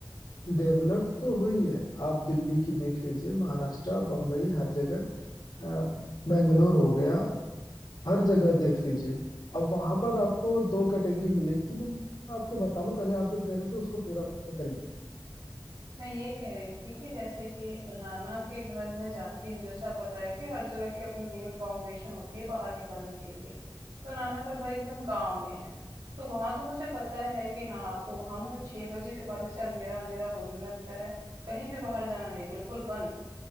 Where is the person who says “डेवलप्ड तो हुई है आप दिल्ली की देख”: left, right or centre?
Left